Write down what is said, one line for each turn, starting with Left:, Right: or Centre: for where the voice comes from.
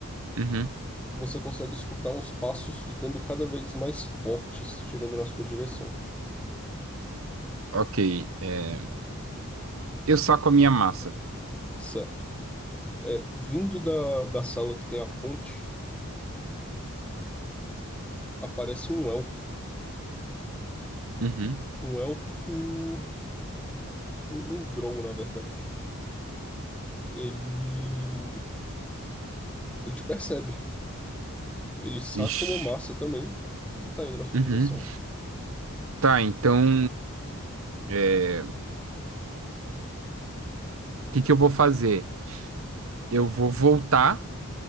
Right: Uhum,
Centre: você consegue escutar os passos ficando cada vez mais fortes chegando na sua direção.
Right: Ok. é, Eu saco a minha massa.
Centre: Certo. É, vindo da, da sala que tem a fonte, aparece um elfo.
Right: uhum,
Centre: Um elfo. Um, um drow, na verdade. Ele. Ele te percebe. Ele saca
Right: Ixi.
Centre: uma massa também e tá indo na sua
Right: uhum.
Centre: direção.
Right: Tá, então, é, o que que eu vou fazer? Eu vou voltar